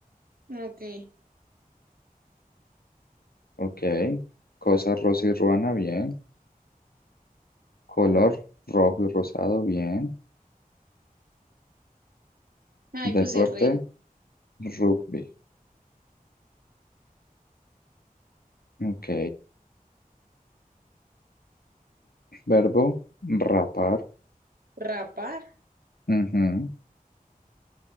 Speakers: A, on the right (about 75°); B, on the left (about 85°).
A: Ok.
B: Ok. Cosa rosa y ruana, bien. Color rojo y rosado, bien.
A: Ay,
B: Deporte,
A: puse re-
B: rugby. Ok. Verbo, rapar.
A: rapar.
B: Ujú.